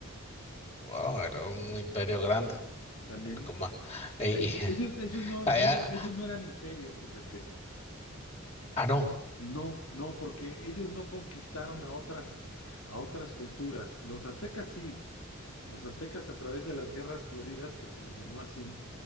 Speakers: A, on the left; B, on the left.
A: Wow, era un imperio grande.
B: También
A: Como, y,
B: eh,
A: y-
B: ellos,
A: <laughs>
B: ellos no,
A: allá-
B: no era, ellos no eran imperio, fíjate.
A: ah, no,
B: No, no, porque ellos no conquistaron a otras, a otras culturas. Los aztecas sí. Los aztecas a través de las guerras floridas, que se les llamó así,